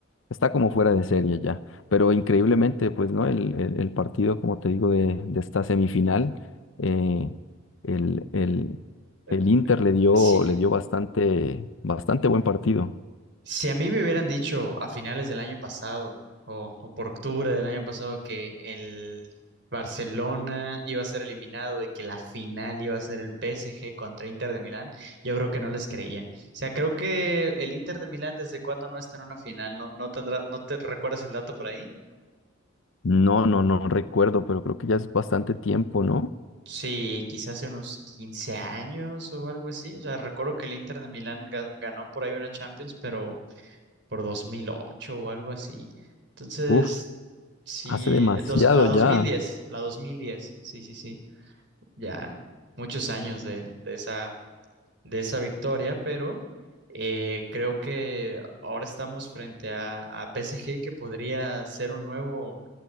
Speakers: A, on the left; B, on the right.
A: está como fuera de serie ya. Pero increíblemente, pues, ¿no? El, el- el partido, como te digo, de, de esta semifinal, eh, el, el-
B: Eh,
A: el Inter le dio,
B: Sí,
A: le dio bastante, bastante buen partido.
B: Si a mí me hubieran dicho a finales del año pasado o, o por octubre del año pasado que el Barcelona iba a ser eliminado y que la final iba a ser el PSG contra Inter de Milán, yo creo que no les creía. O sea, creo que el Inter de Milán desde cuándo no está en una final, ¿no, no tendrá, no te recuerdas el dato por ahí?
A: No, no, no recuerdo, pero creo que ya es bastante tiempo, ¿no?
B: Sí, quizás hace unos 15 años o algo así. O sea, recuerdo que el Inter de Milán ga- ganó por ahí una Champions, pero por 2008 o algo así. Entonces,
A: Uf,
B: sí,
A: hace demasiado
B: eh, dos- la 2010,
A: ya.
B: la 2010, sí, sí, sí, ya muchos años de, de esa, de esa victoria, pero eh, creo que ahora estamos frente a, a PSG que podría ser un nuevo